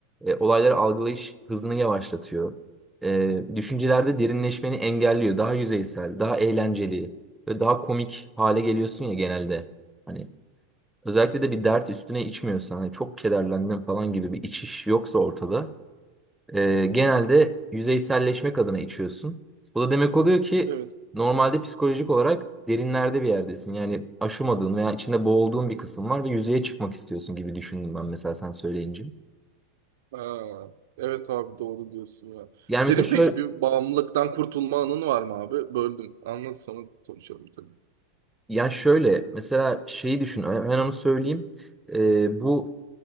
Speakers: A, in the centre; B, on the right (about 70°).
A: e, olayları algılayış hızını yavaşlatıyor. Ee, düşüncelerde derinleşmeni engelliyor. Daha yüzeysel, daha eğlenceli ve daha komik hale geliyorsun ya genelde. Hani özellikle de bir dert üstüne içmiyorsan, hani çok kederlendim falan gibi bir içiş yoksa ortada ee, genelde yüzeyselleşmek adına içiyorsun. Bu da demek oluyor ki
B: evet.
A: normalde psikolojik olarak derinlerde bir yerdesin. Yani aşamadığın veya içinde boğulduğun bir kısım var ve yüzeye çıkmak istiyorsun gibi düşündüm ben mesela sen söyleyince.
B: Ha, evet abi doğru diyorsun ya.
A: Yani
B: Senin
A: mesela şöyle,
B: peki bir bağımlılıktan kurtulma anın var mı abi? Böldüm. Anlat sonra konuşalım tabii.
A: ya şöyle mesela şeyi düşün hemen onu söyleyeyim. Ee, bu